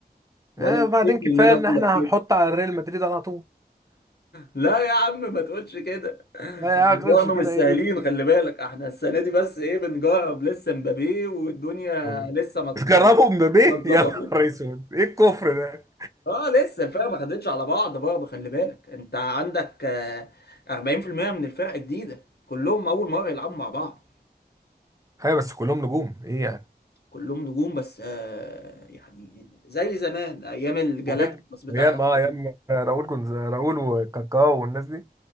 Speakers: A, on the left (about 75°); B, on the right (about 20°).
A: وانا
B: آه بعدين
A: يكفي
B: كفايه
A: ان انا
B: ان
A: اقول
B: احنا
A: لك
B: هنحط على ريال مدريد على طول
A: لا يا عم ما تقولش كده احنا
B: لا يا عم تقولش
A: برضه
B: كده
A: مش سهلين
B: ايه
A: خلي بالك احنا السنه دي بس ايه بنجرب لسه مبابي والدنيا
B: <laughs>
A: لسه ما ت-
B: تجربوا مبابي
A: ما اتظبطتش
B: يا نهار اسود ايه الكفر ده
A: اه لسه الفرقه ما خدتش على بعض برضه خلي بالك انت عندك آه، 40% من الفرقه جديده كلهم اول مره يلعبوا مع بعض
B: ايوه بس كلهم نجوم ايه يعني؟
A: كلهم نجوم بس آه، يعني زي زمان ايام الجالاكتيكوس
B: وجبت
A: بتاع
B: ايام
A: ريال
B: اه
A: مدريد.
B: ايام آه، راؤول كنت راؤول وكاكاو والناس دي